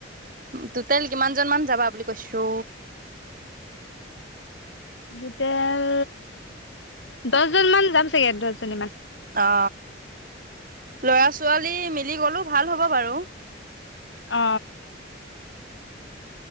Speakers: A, on the right (about 45°); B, on the left (about 75°).
A: তোটাইল কিমানজন মান যাবা বুলি কৈছো?
B: টোটেল দহজন মান যাম চাগে, দহজনী মান।
A: অ। লৰা ছোৱালী মিলি গলো ভাল হ'ব বাৰু।
B: অ